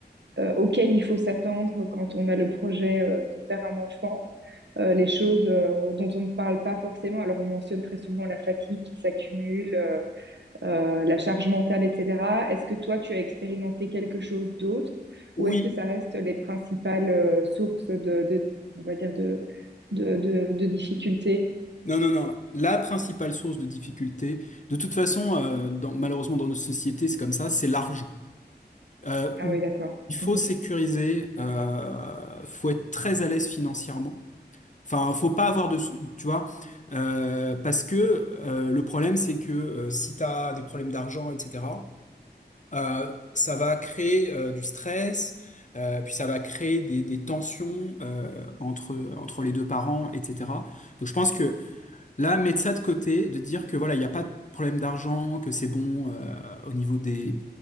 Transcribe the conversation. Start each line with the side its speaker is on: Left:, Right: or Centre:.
Right: euh, auxquelles il faut s'attendre quand on a le projet euh, de faire un enfant, euh, les choses euh, dont on ne parle pas forcément. Alors on mentionne très souvent la fatigue qui s'accumule, euh, euh, la charge mentale, etc. Est-ce que toi, tu as expérimenté quelque chose d'autre
Left: oui
Right: ou est-ce que ça reste les principales euh, sources de, de, on va dire de, de, de, de difficultés?
Left: Non, non, non. La principale source de difficulté, de toute façon, euh, dans- malheureusement dans notre société, c'est comme ça, c'est l'argent. Euh,
Right: Ah
Left: où
Right: oui, d'accord.
Left: il faut
Right: Mhm.
Left: sécuriser, euh, faut être très à l'aise financièrement. Enfin, faut pas avoir de, tu vois, euh, parce que euh, le problème, c'est que euh, si tu as des problèmes d'argent, etc., euh, ça va créer euh, du stress, euh, puis ça va créer des, des tensions euh, entre entre les deux parents, etc. Donc, je pense que Là, mettre ça de côté, de dire que voilà, il n'y a pas de problème d'argent, que c'est bon euh, au niveau des,